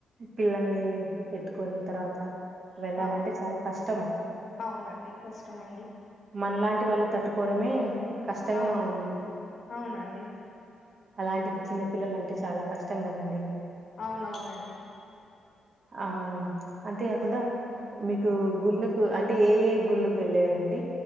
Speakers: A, on the right; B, on the left.
A: పిల్లల్నీ ఎత్తుకొని తర్వాత వెళ్ళాలంటే
B: అవును
A: చాలా కష్టం
B: అవునండి కష్టమండి
A: మనలాంటి వాళ్ళు తట్టుకోవడమే కష్టంగా
B: అవును
A: ఉంది
B: అవునండి
A: అలాంటిది చిన్నపిల్లలంటే చాలా కష్టం కదండి
B: అవునవునండి
A: ఆ అంతే కాకుండా మీకు గుల్ల అంటే ఏ ఏ గుళ్ళకు వెళ్ళారండి డి